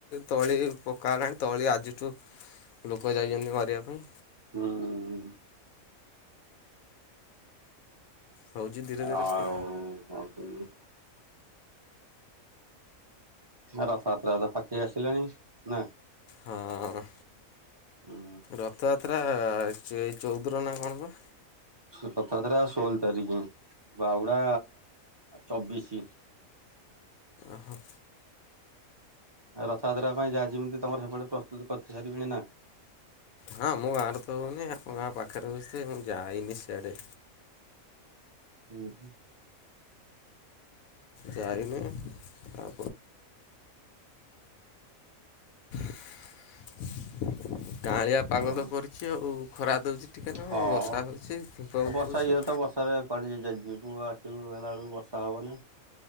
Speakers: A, on the left; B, on the right.
A: ତଳି ପକା ତଳି ଆଜିଠୁ ଲୋକ ଯାଇଚନ୍ତି ମାରିବା ପାଇଁ।
B: ହୁଁ।
A: ହେଉଛି ଧୀରେ ଧୀରେ
B: ଆଉ
A: ସବୁ
B: କଣ କହିଲୁ ରଥଯାତ୍ରା ପାଖେଇ ଆସିଲାଣି। ନା
A: ହଁ
B: ଉଁ
A: ରଥଯାତ୍ରା ଏ ଚଉଦ ରେ ନା କଣ ପା।
B: ରଥଯାତ୍ରା ଷୋହଳ ତାରିଖ। ବାହୁଡା ଚବିଶି।
A: ଓହୋ।
B: ରଥଯାତ୍ରା ପାଇଁ ଯାହା ଯେମିତି ତମର ସେପଟେ ପ୍ରସ୍ତୁତ କରି ସାରିବେଣି ନା।
A: ହଁ ଆମ ଗାଁରେ ତ ହଉନି ଆମ ଗାଁ ପାଖରେ ହଉଚି ଯେ ମୁଁ ଯାଇନି ସିଆଡେ।
B: ଉଁ ହୁଁ।
A: ଯାଇନି ଆ <inaudible> କାଁଳିଆ ପାଗ
B: ହଁ
A: ତ କରିଚି ଆଉ। ଖରା ଦେଉଛି ଟିକେ ନାକୁ
B: ହଁ
A: ବର୍ଷା ହେଉଛି ଉପଭୋଗ
B: ବର୍ଷା
A: ହୋଉଚି।
B: ଇଏ ତ ବର୍ଷାରେ କୁଆଡେ ଯିବୁ ଆସିବୁ ହେଲା ବେଳକୁ ବର୍ ତା ମାନେ